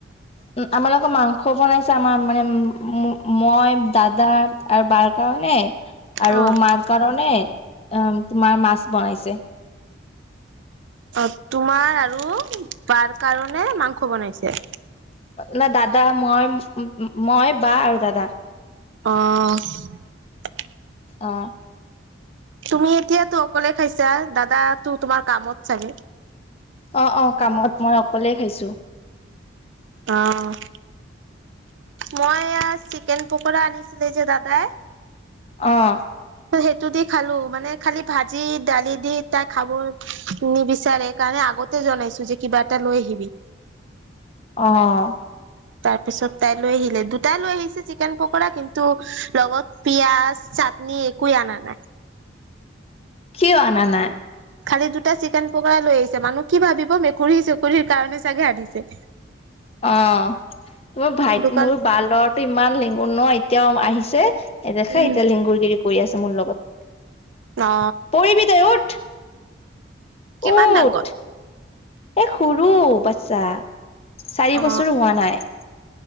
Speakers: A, on the left; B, on the right.
A: উম, আমাৰ লকৰ মাংস বনাইছে আমাৰ মানে উম, মই দাদা আৰু বাৰকা ণে আৰু
B: অ',
A: মাৰ কাৰণে উম, তোমাৰ মাছ বনাইছে।
B: অ', তোমাৰ আৰু বাৰ কাৰনে মাংস বনাইছে।
A: নাই দাদা মই মই বা আৰু দাদা।
B: অ',
A: অ',
B: তুমি এতিয়াতো অকলে খাইছা দাদাটো তোমাৰ কামত চাগে?
A: অ', অ', কামত মই অকলে খাইছো।
B: অ', মই চিকেন পকৰা আনিছিলে যে দাদাই
A: অ',
B: সেইটো দি খালো মানে খালি ভাজি দালি দি তাই খাব নিবিচাৰে কাৰণে আগতে জনাইছো যে কিবা এটা লৈ আহিবি।
A: অ',
B: তাৰ পিছত তাই লৈ আহিলে দুটাই লৈ আহি চিকেন পকৰা কিন্তু লগত পিয়াজ চাটনি একোৱে আনা নাই। <inaudible>
A: কিয় অনা নাই?
B: খালি দুটা চিকেন পকৰা লৈ আহিছে মানুহ কি ভাবিব মেকুৰী চেকুৰীৰ কাৰণে চাগে আনিছে।
A: অ', ম মোৰ ভাইট
B: দোকান
A: মোৰ বাৰ লৰাটো ইমান লেং ন এতিয়াও আহিছে এ দেখা
B: উম
A: এতিয়া লিংগুৰ গিৰি কৰি আছে মোৰ লগত।
B: অ
A: পঢ়িবি তই উঠ।
B: কিমান
A: উঠ
B: ডাঙৰ?
A: এ সৰু বাচ্ছা চাৰি
B: অ
A: বছৰ হোৱা নাই।